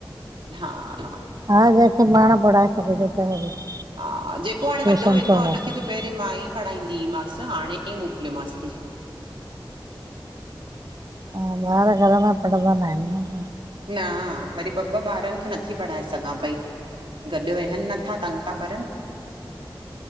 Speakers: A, on the right; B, on the right.
A: हा।
B: हा जेंखे पाण पढ़ाए सघिजे। त <inaudible>
A: हा जेको हाणे
B: ट्यूशन
A: वॾो वेंदो
B: छो
A: आ हुनखे
B: मोकिले?
A: बि पहिंरीं मां ई पढ़ाईंदीमांसि, हाणे ई मोकिलियोमांसि थी।
B: हा, बार घर मे पढंदा न आहिन न।
A: न, वरी ॿ ॿ ॿारनि खे नथी पढ़ाए सघां पई गॾु वेहन न मथां तंग था करन।